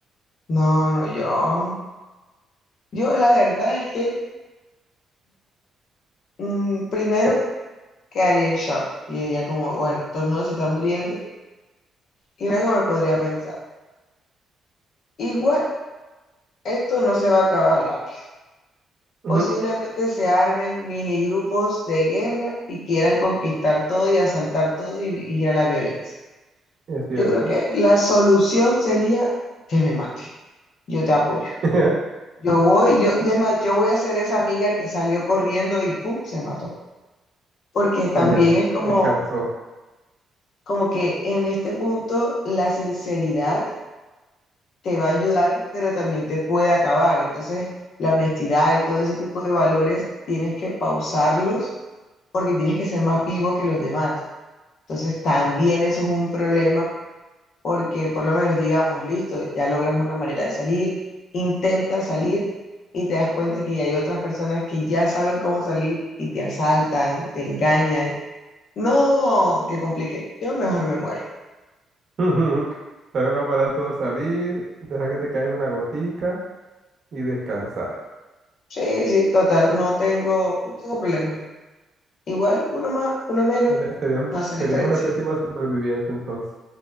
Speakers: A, on the left; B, on the right.
A: No, no, yo. Yo la verdad es que mm, primero quedaría en shock y diría como, bueno, todo el mundo se está muriendo y luego me podría pensar, igual, esto no se va a acabar rápido.
B: Ujú,
A: Posiblemente se armen mini grupos de guerra y quieran conquistar todo y asaltar todo y, y ir a la violencia.
B: Es cierto.
A: Yo creo que la solución sería que me mate. Yo te apoyo.
B: <laughs>
A: Yo voy, yo, es más, yo voy a ser esa amiga que salió corriendo y pum, se mató. Porque también
B: Y ya,
A: es como,
B: descansó.
A: como que en este punto la sinceridad te va a ayudar, pero también te puede acabar. Entonces, la honestidad y todo ese tipo de valores tienes que pausarlos porque tienes que ser más vivo que los demás. Entonces, también eso es un problema porque por lo menos digamos, listo, ya logramos la manera de salir, intenta salir y te das cuenta que ya hay otras personas que ya saben cómo salir y te asaltan, te engañan. No, que complique. Yo mejor me muero.
B: <laughs> Sale más barato salir, dejar que te caiga una gotica y descansar.
A: Sí, sí, total, no tengo, no tengo problema. Igual, uno más, uno menos,
B: Eres- Serías,
A: no hace diferencia.
B: serías una pésima superviviente entonces.